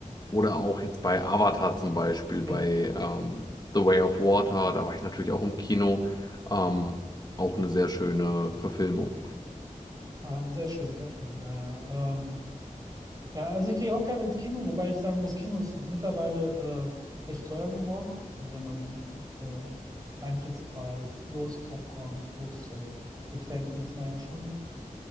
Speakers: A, on the left; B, on the right.
A: Oder auch jetzt bei Avatar zum Beispiel,
B: Ja,
A: bei ähm, The Way of Water, da war ich natürlich auch im Kino. Ähm, auch eine sehr schöne Verfilmung.
B: ah, sehr schön, sehr schön. Naja, ähm, ja, also ich gehe auch gerne ins Kino, wobei ich sagen muss, Kino ist mittlerweile äh, echt teuer geworden. Also wenn man äh, Eintrittspreis plus Popcorn plus äh, Getränke ist man ja schon